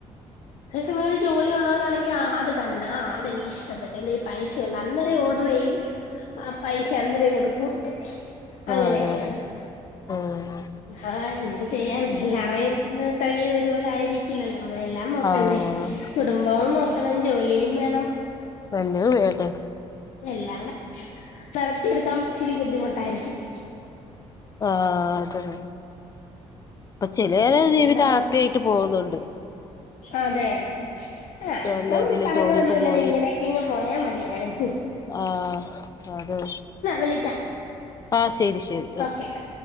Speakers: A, on the left; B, on the left.
A: അതേസമയം ഒരു ജോലി ഉള്ളവരാണങ്കിൽ ആ അത് കണ്ട് ആ് അതെനിക്ക് ഇഷ്ടപ്പെട്ട എന്തഈ പൈസ പൈസണ്ട് അന്നേര ഓർഡർ ചെയ്യും ആ പൈസ അന്നേരം കൊടുക്കും അങ്ങനെയൊക്കെയാ
B: അതെ അതെ ആഹ്
A: ആ എന്ത് ചെയ്യാാന എല്ലാറയും സൗഹര്യം ഒരുപോലെ ആയിരിക്കില്ലല്ലോ നമ്മളെ എല്ലാം നോക്കണ്ടേ
B: ആഹ്
A: കുടുംബവും നോക്കണം ജോലിയും വേണം
B: വല്ല വേണ്ടെ
A: എല്ലാം നടത്തിയെടുക്കൻച്ചിരി ബുദ്ധിമുട്ടായിരിക്കും
B: ആ അതെതെ അപ്പൊ ചിലരെ
A: പിന്നെന്താണ്
B: ജീവിത ഹാപ്പിയിട്ട് പോകുന്നുണ്ട്
A: അതെ അതെ അധികം
B: നല്ല ഇതില്
A: കടങ്ങളൊന്നുല്ലാതെ
B: ജോലിക്ക് പോയി
A: ഇങ്ങനെയൊക്കെ ഇങ്ങ് പോയാ മതിയാരുന്നു
B: ആഹ് അതെ
A: വിളിക്കാം
B: ആഹ് ശരി ശരി
A: ഓക്കെ